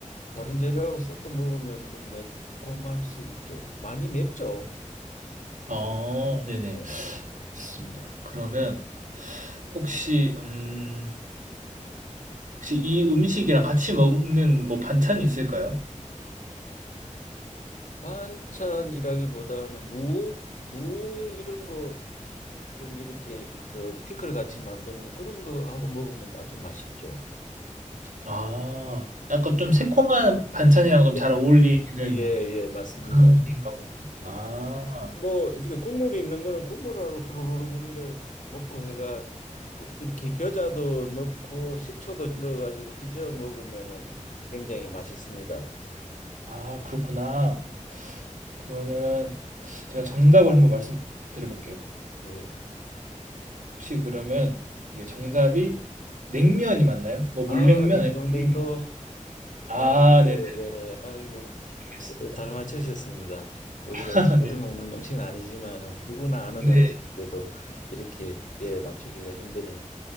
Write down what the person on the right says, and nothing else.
어,
네네.
알겠습니다. 그러면 혹시, 음, 혹시 이 음식이랑 같이 먹는 뭐 반찬이 있을까요?
아, 약간 좀 새콤한 반찬이랑 좀 잘
어울리는
그런 음식인가 보네요.
아,
아, 그렇구나. 그러면 제가 정답을 한번 말씀드려 볼게요.
혹시 그러면 이게 정답이 냉면이 맞나요? 뭐 물냉면?
아니면 비빔면? 아,
네,
알겠습니다.
<laughs>
네,
네.